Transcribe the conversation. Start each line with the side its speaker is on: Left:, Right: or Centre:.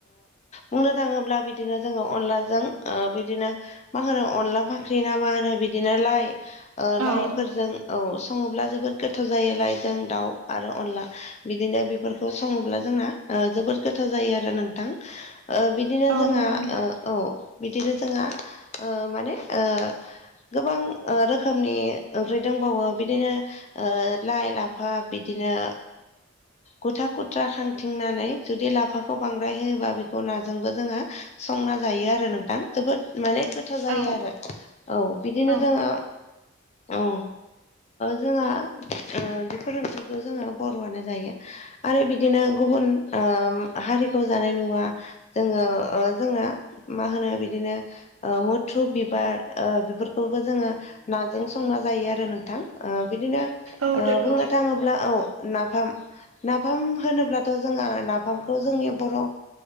Left: बुंनो थाङोब्ला बिदिनो जोङो अनलाजों बिदिनो मा होनो अनला फाख्रि ना मा होनो बिदिनो लाइ लाइफोरजों
Right: औ
Left: औ सङोब्ला जोबोद गोथाव जायोोलाय जों दाउ आरो अनला बिदिनो बेफोरखौ सङोब्ला जोंना जोबोद गोथाव जायो आ रो नोंथां बिदिनो
Right: औ
Left: जोंहा
Right: नंगौ नोंथां
Left: औ बिदिनो जोंहा माने ओ गोबां रोखोमनि ओंख्रि दंबावो बिदिनो ओ लाइ लाफा बिदिनो गुथा गुथ्रा खांथिंनानै जुदि लाफा बेखौ बांद्राय होयोबा बेखौ नाजोंबो जोङो संना जायो आरो नोंथां जोबोद माने गोथाव जायो
Right: औ
Left: आरो औ बिदिनो
Right: औ
Left: जोङो औ जोंहा बेफोर ओंख्रिखौ जोङो बर'आनो जायो। आरो बिदिनो गुबुन ओ हारिखौ जानाय नुवा जोङो ओ जोंना मा होनो बिदिनो ओ मुथ्रु बिबार ओ बेफोरखौबो जोङो नाजों संना जायो आरो नोंथां ओ बिदिनो
Right: औ
Left: ओ
Right: नंगौ
Left: बुंनो थाङोब्ला औ नाफाम नाफाम होनोब्लाथ' जोंहा नाफाम खौ जोंनि बर' ओ